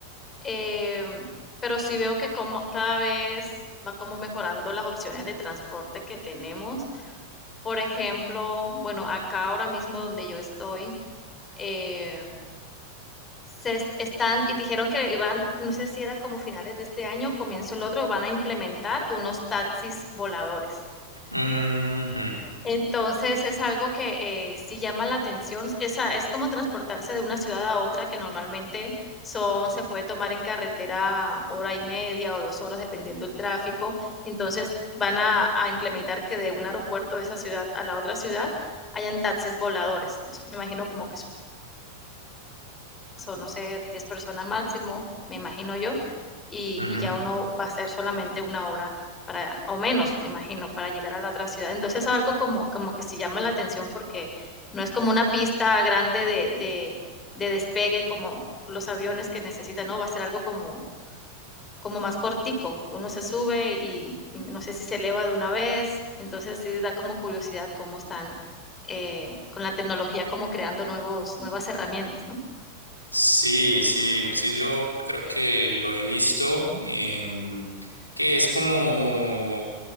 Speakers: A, on the left (about 20°); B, on the left (about 90°).
A: Em, pero sí veo que como cada vez va como mejorando las opciones de transporte que tenemos. Por ejemplo, bueno, acá ahora mismo donde yo estoy, eh, se están y dijeron que iban, no sé si era como finales de este año, comienzo el otro, van a implementar unos taxis voladores.
B: Ujú,
A: Entonces es algo que eh, sí llama la atención. Esa, es como transportarse de una ciudad a otra que normalmente son, se puede tomar en carretera hora y media o dos horas dependiendo del tráfico. Entonces van a, a implementar que de un aeropuerto de esa ciudad a la otra ciudad hayan taxis voladores. Entonces me imagino como que es o no sé, 10 personas máximo, me imagino yo, y,
B: ujú.
A: y, ya uno va a ser solamente una hora para, o menos, me imagino, para llegar a la otra ciudad. Entonces algo como, como que sí llama la atención porque no es como una pista grande de, de, de despegue como los aviones que necesitan, no, va a ser algo como, como más cortico, que uno se sube y, y, no sé si se eleva de una vez, entonces sí da como curiosidad cómo están eh, con la tecnología, como creando nuevos, nuevas herramientas, ¿no?
B: Sí, sí, sí lo creo que lo he visto, em, que es como,